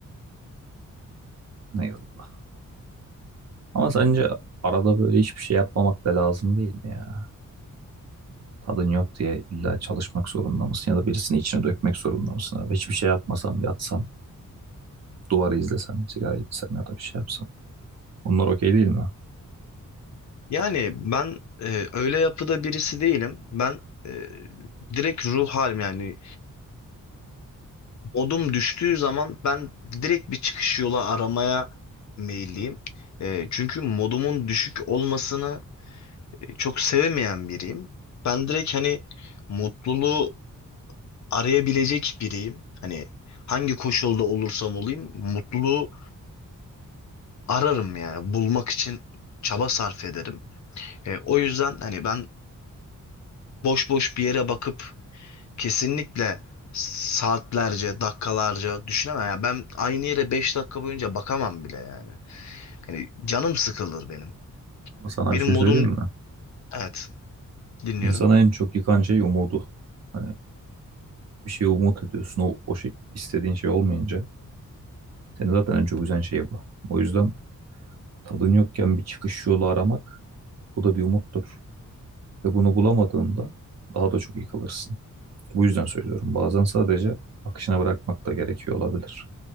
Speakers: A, on the right; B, on the left.
A: Eyvallah. Ama sence arada böyle hiçbir şey yapmamak da lazım değil mi ya? Tadın yok diye illa çalışmak zorunda mısın ya da birisini içine dökmek zorunda mısın abi? Hiçbir şey yapmasam, yatsam, duvarı izlesem, sigara içsem ya da bir şey yapsam. Bunlar okey değil mi?
B: Yani ben e, öyle yapıda birisi değilim. Ben e, direkt ruh halim yani Modum düştüğü zaman ben direkt bir çıkış yolu aramaya meyilliyim. Eee, çünkü modumun düşük olmasını e, çok sevemeyen biriyim. Ben direkt hani mutluluğu arayabilecek biriyim. Hani hangi koşulda olursam olayım mutluluğu ararım yani bulmak için çaba sarf ederim. E, o yüzden hani ben boş boş bir yere bakıp kesinlikle saatlerce, dakikalarca düşünemem. Yani ben aynı yere 5 dakika boyunca bakamam bile yani. Yani canım sıkılır benim.
A: Ama sana
B: Benim
A: bir şey
B: modum
A: söyleyeyim mi?
B: evet dinliyorum.
A: İnsana en çok yıkan şey umudu. Hani bir şey umut ediyorsun. O, o şey, istediğin şey olmayınca seni zaten en çok üzen şey bu. O yüzden tadın yokken bir çıkış yolu aramak bu da bir umuttur. Ve bunu bulamadığında daha da çok yıkılırsın. Bu yüzden söylüyorum. Bazen sadece akışına bırakmak da gerekiyor olabilir.